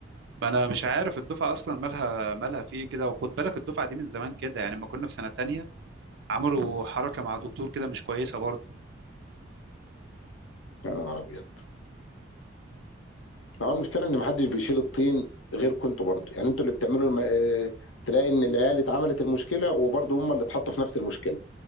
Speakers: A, on the right; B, on the left.
A: انا مش عارف الدفعه اصلا مالها مالها فيه كده وخد بالك الدفعه دي من زمان كده يعني لما كنا في سنه تانية عملوا حركه مع دكتور كده مش كويسه برضه
B: يا نهار ابيض هو المشكله ان محدش بيشيل الطين غيركم انتوا برضه يعني انتوا اللي بتعملوا الم... آه، تلاقي ان العيال اللي اتعملت المشكله وبرضه هم اللي اتحطوا في نفس المشكله